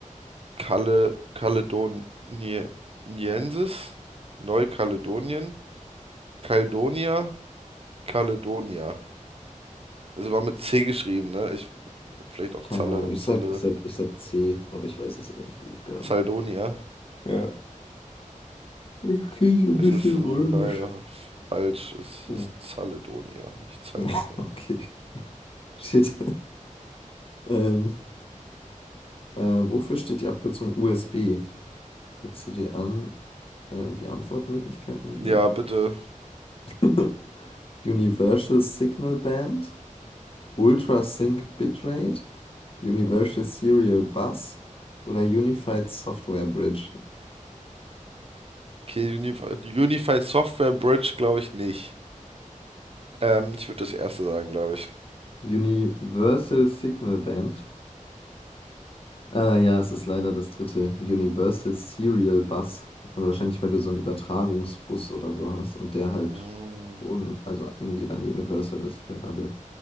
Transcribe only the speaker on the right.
Kale, Kaledoniensis, Neukaledonien, Kaledonia, Kaledonia. Also war mit C geschrieben, ne? Ich, vielleicht auch
Zalle,
Zalle,
Zaldonia.
Es
ist leider
falsch. Es hieß
Zaledonia, nicht Zaldonia.
Ja,
bitte.
Okay, Unified, Unified Software Bridge glaube ich nicht. Ähm, ich würde das erste sagen, glaube ich.
Mm.